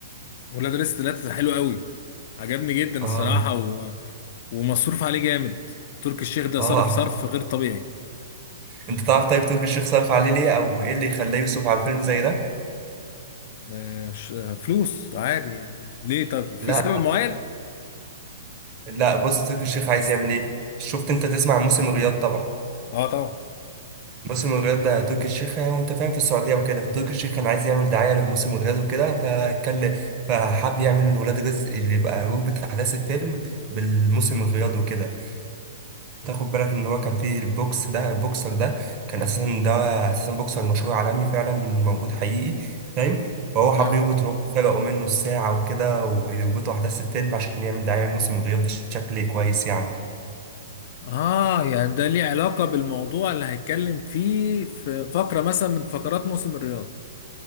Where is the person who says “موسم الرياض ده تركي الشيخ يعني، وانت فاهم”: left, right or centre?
Right